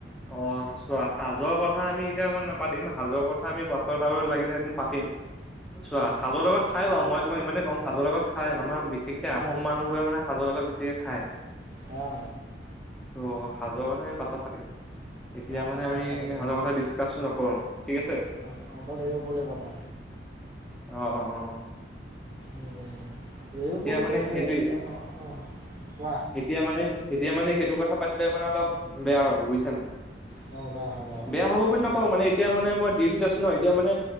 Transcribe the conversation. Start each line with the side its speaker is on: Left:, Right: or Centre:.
Centre: অঁ <unintelligible> চোৱা সাজৰ কথা আমি এতিয়া নাপাতিম সাজৰ কথা আমি পাছত আৰু লাগিলে এদিন পাতিম চোৱা
Right: অঁ
Centre: সাজৰ লগত খাই বাৰু মই তোমাক ইমানেই কম সাজৰ লগত খাই আমাৰ বিশেষকে আহোম
Right: অঁ
Centre: মানুহবোৰে মানে ভুল আকৌ বেছিকে খায়
Right: হা
Centre: অঁহ সাজোৱাৰ কথা আমি এই পাতিম এতিয়া
Right: অঁ পাছত
Centre: মানে আমি
Right: পাতিম
Centre: সাজৰ কথা ডিচকাচো নকৰো ঠিক আছে
Right: অঁ অকল এৰী পলুৰ কথা
Centre: অঁহ অঁহ
Right: উ এই পুলিটো
Centre: মানে
Right: বেয়
Centre: সেইটোৱে
Right: নহ অঁ <unintelligible>
Centre: এতিয়া মানে এতিয়া মানে সেইটো কথা পাতিলে মানে অলপ বেয়া হ'ব বুজিছো নাই
Right: মজা হ'ব অঁ
Centre: বেয়া হ'ব বুলি নকওঁ মানে এতিয়া মানে মই ডিউটিত আছো ন এতিয়া মানে